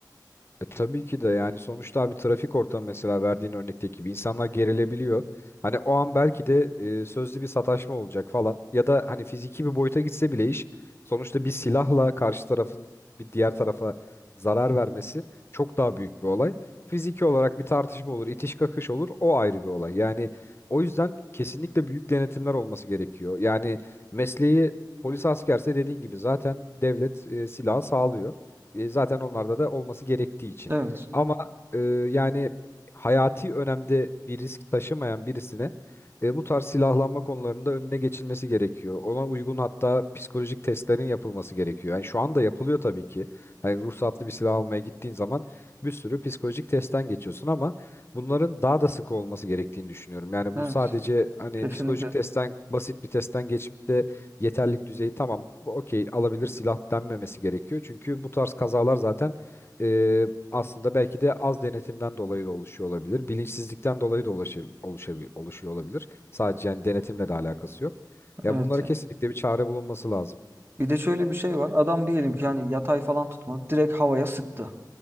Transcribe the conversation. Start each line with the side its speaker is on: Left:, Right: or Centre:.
Left: E, tabii ki de yani sonuçta abi trafik ortamı mesela verdiğin örnekteki gibi insanlar gerilebiliyor. Hani o an belki de e, sözlü bir sataşma olacak falan ya da hani fiziki bir boyuta gitse bile iş sonuçta bir silahla karşı tarafın bir diğer tarafa zarar vermesi çok daha büyük bir olay. Fiziki olarak bir tartışma olur, itiş kakış olur o ayrı bir olay. Yani o yüzden kesinlikle büyük denetimler olması gerekiyor. Yani mesleği polis askerse dediğin gibi zaten devlet e, silahı sağlıyor. E, zaten onlarda da olması gerektiği için.
Right: Evet.
Left: Ama e, yani hayati önemde bir risk taşımayan birisine e, bu tarz silahlanma konularında önüne geçilmesi gerekiyor. Ona uygun hatta psikolojik testlerin yapılması gerekiyor. Yani şu anda yapılıyor tabii ki. Hani ruhsatlı bir silah almaya gittiğin zaman bir sürü psikolojik testten geçiyorsun ama bunların daha da sık olması gerektiğini düşünüyorum. Yani bu
Right: Evet.
Left: sadece hani
Right: Kesinlikle.
Left: psikolojik testten basit bir testten geçip de yeterlilik düzeyi tamam bu okey alabilir silah denmemesi gerekiyor. Çünkü bu tarz kazalar zaten e, aslında belki de az denetimden dolayı da oluşuyor olabilir. Bilinçsizlikten dolayı da ulaşı, oluşabi- oluşuyor olabilir. Sadece yani denetimle de alakası yok. Ya
Right: Evet.
Left: bunlara kesinlikle bir çare bulunması lazım.
Right: Bir de şöyle bir şey var. Adam diyelim ki yani yatay falan tutmadı. Direkt havaya sıktı.